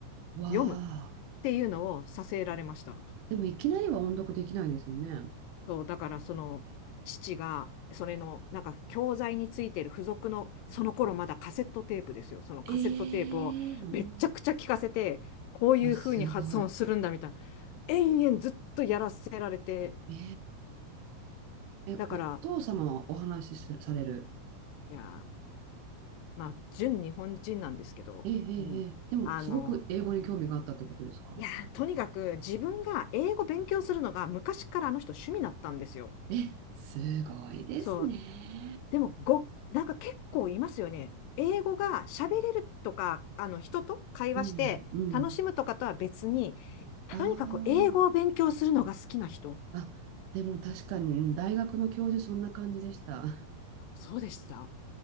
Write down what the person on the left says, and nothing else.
読むっていうのをさせられました。
そう、だからその父が、それのなんか教材についてる付属の、その頃まだカセットテープですよ。そのカセットテープをめっちゃくちゃ聞かせて、
こういう風に発音するんだみたいな、
延々ずっとやらせられて、
だから、
いやー、まあ、純日本人なんですけど、
うん、
あの、
いやー、とにかく自分が英語勉強するのが昔からあの人趣味だったんですよ。
そうでも、ご、なんか結構いますよね。英語が喋れるとか、あの、人と会話して楽しむとかとは別に、
とにかく英語を勉強するのが好きな人。
そうでした。